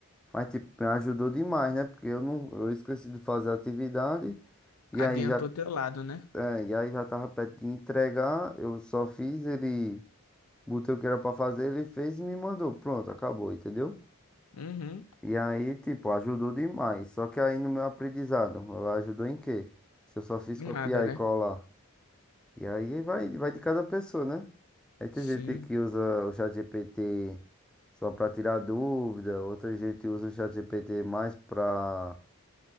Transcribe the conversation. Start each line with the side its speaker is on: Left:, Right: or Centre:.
Centre: Mas tipo, me ajudou demais, né? Porque eu não, eu esqueci de fazer a atividade e
Left: Adiantou
Centre: aí já,
Left: teu lado, né?
Centre: é, e aí já tava perto de entregar, eu só fiz ele, botei o que era pra fazer, ele fez e me mandou. Pronto, acabou, entendeu?
Left: Uhum.
Centre: E aí, tipo, ajudou demais. Só que aí no meu aprendizado, ajudou em quê? Se eu só fiz
Left: E
Centre: copiar
Left: nada, né?
Centre: e colar. E aí vai, vai de cada pessoa, né? Aí tem
Left: Sim.
Centre: gente que usa o ChatGPT só para tirar dúvida, outra gente usa o ChatGPT mais para